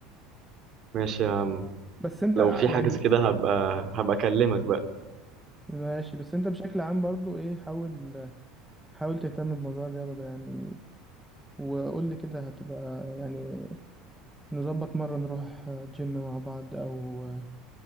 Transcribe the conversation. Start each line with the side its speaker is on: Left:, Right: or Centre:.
Right: <laughs> ماشي يا عم
Centre: بس انت
Right: لو
Centre: ع-
Right: في
Centre: يعني
Right: حاجه زي كده هبقى هبقى اكلمك بقى
Centre: ماشي بس انت بشكل عام برضو ايه حاول حاول تهتم بموضوع الرياضه ده يعني وقول لي كده هتبقى يعني نظبط مره نروح جيم مع بعض او